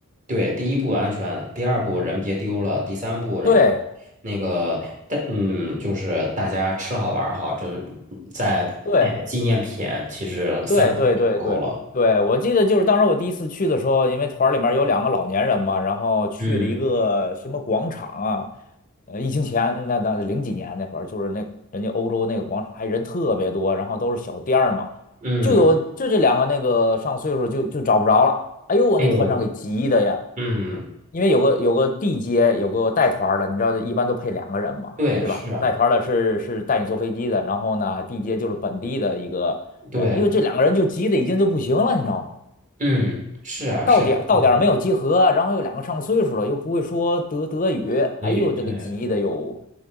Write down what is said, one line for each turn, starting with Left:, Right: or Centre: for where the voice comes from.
Right: 对，第一步安全，第二步人别丢了，第三步，然后
Left: 对
Right: 那个，但嗯，就是大家吃好玩儿好，这再带点纪念品，
Left: 对，
Right: 其实三步就够了。
Left: 对对对对对，我记得就是当时我第一次去的时候，因为团儿里面有两个老年人嘛，然后去了一个什么广场啊，
Right: 嗯
Left: 呃，疫情前那那零几年那会儿，就是那人家欧洲那个广场还人特别多，然后都是小店儿嘛，
Right: 嗯，
Left: 就有就这两个那个上岁数就就找不着了，哎呦我那团长给急的呀，
Right: 还有嗯，
Left: 因为有个有个地接有个带团儿的，你知道一般都配两个人嘛，
Right: 对，
Left: 对吧？
Right: 是啊，
Left: 带团儿的是是带你坐飞机的，然后呢地接就是本地的一个。
Right: 对，
Left: 人，哎呦，这两个人就急的已经就不行了，你知道吗？
Right: 嗯，是啊，
Left: 到点儿到点儿没有集合，
Right: 是啊，是啊，
Left: 然后又两个上岁数了，又不会说德德语，
Right: 所以对
Left: 哎呦，这个急的哟。